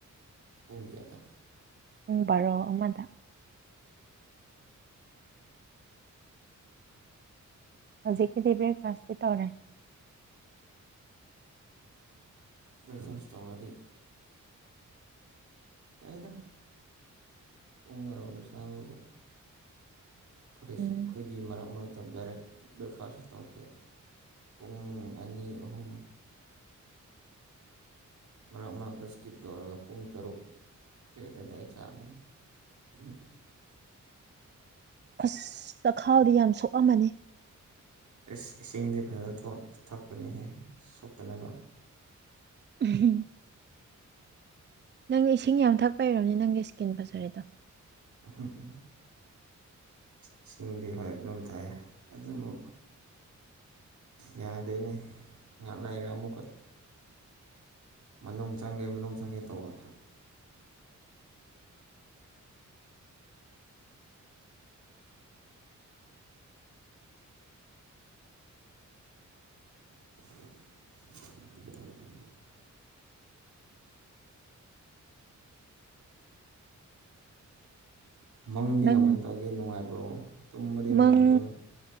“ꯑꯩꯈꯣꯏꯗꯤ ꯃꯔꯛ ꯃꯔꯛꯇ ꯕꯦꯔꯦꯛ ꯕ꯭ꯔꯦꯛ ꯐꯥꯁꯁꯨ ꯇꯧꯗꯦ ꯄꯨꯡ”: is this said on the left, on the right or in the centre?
Right